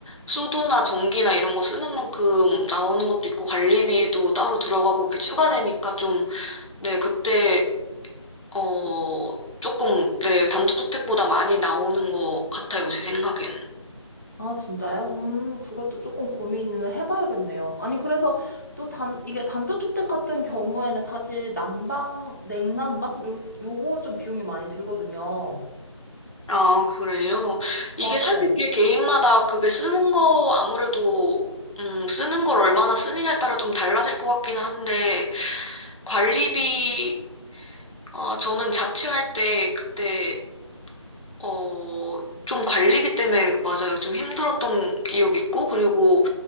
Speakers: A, on the left; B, on the left.
A: 수도나 전기나 이런 거 쓰는 만큼 나오는 것도 있고 관리비도 따로 들어가고 이렇게 추가되니까 좀, 네, 그때, 어, 조금, 네, 단독주택보다 많이 나오는 것 같아요. 제 생각에는.
B: 아, 진짜요? 음, 그것도 조금 고민을 해봐야겠네요. 아니, 그래서 또 단, 이게 단독주택 같은 경우에는 사실 난방, 냉난방? 요, 요거 좀 비용이 많이 들거든요.
A: 아, 그래요? 이게
B: 어,
A: 사실
B: 네.
A: 그게 개인마다 그게 쓰는 거 아무래도 음, 쓰는 걸 얼마나 쓰느냐에 따라 좀 달라질 것 같기는 한데, 관리비 아, 저는 자취할 때 그때 어, 좀 관리비 때문에 맞아요. 좀 힘들었던 기억이 있고 그리고